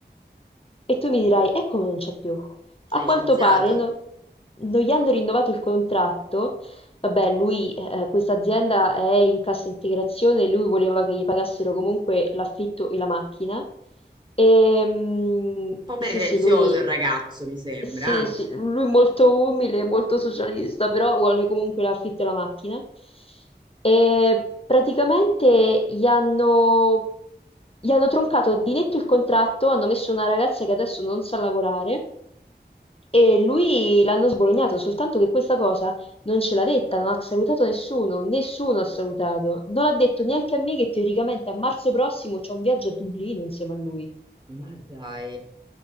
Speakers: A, on the left (about 30°); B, on the right (about 25°).
A: E tu mi dirai: "E come non c'è più?"
B: Ti
A: A
B: ha licenziato?
A: quanto pare no
B: Un
A: non gli hanno rinnovato il contratto Vabbè, lui, eh, questa azienda è in cassa integrazione, lui voleva che gli pagassero comunque l'affitto e la macchina. E, mm,
B: po' pretenzioso
A: sì, sì, lui,
B: il ragazzo, mi sembra.
A: sì,
B: eh?
A: sì, lui molto umile, molto socialista, però vuole comunque l'affitto e la macchina. E praticamente gli hanno, gli hanno troncato di netto il contratto, hanno messo una ragazza che adesso non sa lavorare e lui l'hanno sbolognato, soltanto che questa cosa non ce l'ha detta, non ha salutato nessuno, nessuno ha salutato. Non ha detto neanche a me che teoricamente a marzo prossimo c'è un viaggio a Dublino insieme a lui.
B: Ma dai.